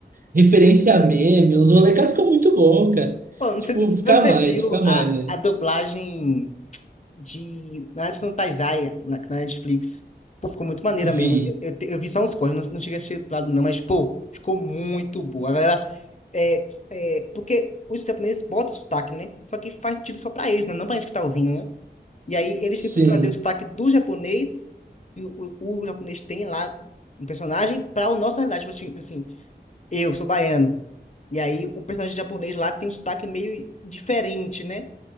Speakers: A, on the right (about 50°); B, on the left (about 40°).
A: referência a meme, os rolê, cara, fica muito bom, cara.
B: Pô, não
A: Tipo,
B: sei se
A: fica
B: você
A: mais,
B: viu
A: fica mais,
B: a,
A: velho.
B: a dublagem. de Nanatsu no Taizai na, na Netflix. Pô, ficou muito maneira
A: Vi,
B: mesmo. Eu, eu, te- eu vi só uns cortes, não, não cheguei a assistir do lado não, mas, pô, ficou muito boa. A galera, é, é, porque os japoneses botam sotaque, né? Só que faz sentido só pra eles, né? Não pra gente que tá ouvindo, né? E aí eles
A: sim,
B: tentam trazer o sotaque do japonês, e o, o, o japonês tem lá um personagem, pra o nosso realidade. Tipo assim, tipo assim, eu sou baiano. E aí o personagem japonês lá tem um sotaque meio diferente, né?